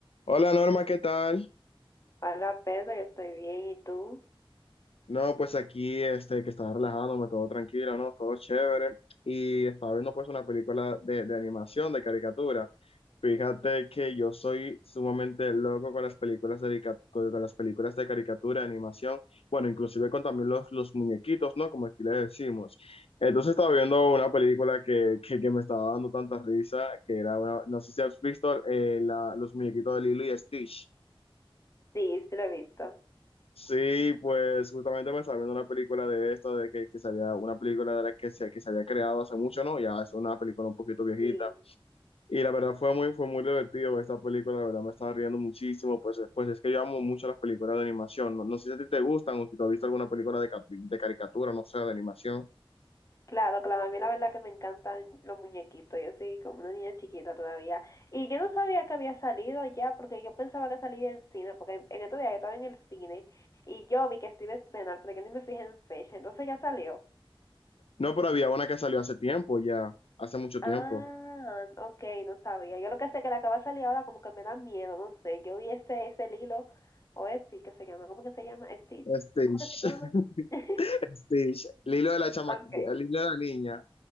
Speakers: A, on the left (about 80°); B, on the left (about 35°).
A: Hola Norma, ¿qué tal?
B: Hola Pedro, yo estoy bien. ¿Y tú?
A: No, pues aquí este que estaba relajándome, todo tranquilo, ¿no? Todo chévere. Y estaba viendo pues una película de, de animación, de caricatura. Fíjate que yo soy sumamente loco con las películas de, carica- con, con las películas de caricatura, de animación, bueno, inclusive con también los, los muñequitos, ¿no? Como aquí le decimos. Entonces estaba viendo una película que, que, que me estaba dando tanta risa, que era una, no sé si has visto eh, la- los muñequitos de Lilo y Stitch.
B: Sí, sí lo he visto.
A: Sí, pues justamente me estaba viendo una película de esto de que, que se había, una película de la que se, que se había creado hace mucho, ¿no? Ya es una película un poquito viejita.
B: Sí.
A: Y la verdad fue muy, fue muy divertido ver esta película, la verdad me estaba riendo muchísimo, pues, eh, pues es que yo amo mucho las películas de animación. No, no sé si a ti te gustan o si tú has visto alguna película de, ca- de caricatura, no sé, de animación.
B: Claro, claro, a mí la verdad que me encantan los muñequitos. Yo soy como una niña chiquita todavía. Y yo no sabía que había salido ya, porque yo pensaba que salía en cine, porque en, en estos días yo estaba en el cine y yo vi que se iba a estrenar, pero que ni me fijé en fecha. Entonces ya salió.
A: No, pero había una que salió hace tiempo, ya, hace mucho
B: Ah,
A: tiempo.
B: ok, no sabía. Yo lo que sé que la que va a salir ahora como que me da miedo, no sé. Yo vi ese, ese Lilo, o este que se llama, ¿cómo que se llama? Stitch.
A: Stitch,
B: ¿Cómo que se llama?
A: <laughs>
B: <laughs>
A: Stitch, Lilo de la chama,
B: Ok.
A: Lilo de la niña.